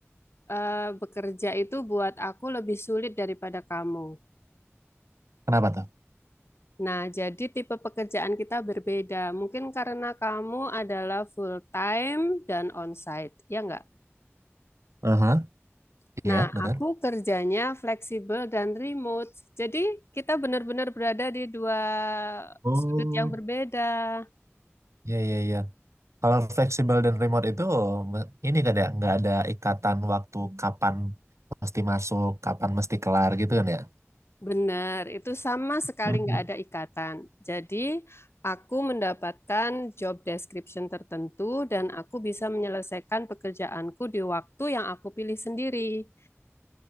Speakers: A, on the left; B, on the right.
A: eh, bekerja itu buat aku lebih sulit daripada kamu.
B: kenapa tuh
A: Nah, jadi tipe pekerjaan kita berbeda. Mungkin karena kamu adalah full time dan onsite, ya nggak?
B: Aha,
A: Nah,
B: iya benar
A: aku kerjanya fleksibel dan remote. Jadi kita benar-benar berada di dua
B: oh
A: sudut yang berbeda.
B: iya iya iya kalau fleksibel dan remote itu me- ini kan ya nggak ada ikatan waktu kapan mesti masuk kapan mesti kelar gitu kan ya
A: Benar, itu sama sekali
B: Mhm.
A: nggak ada ikatan. Jadi, aku mendapatkan job description tertentu dan aku bisa menyelesaikan pekerjaanku di waktu yang aku pilih sendiri.